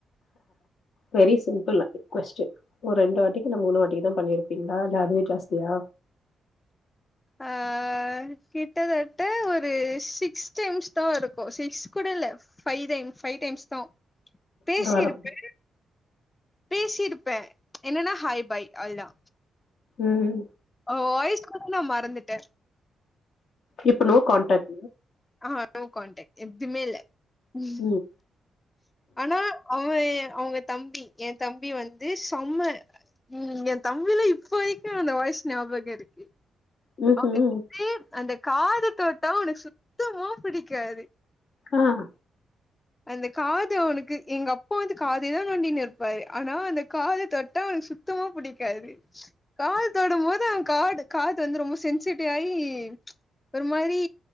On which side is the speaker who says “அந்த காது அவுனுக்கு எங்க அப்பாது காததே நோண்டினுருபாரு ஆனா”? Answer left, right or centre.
Left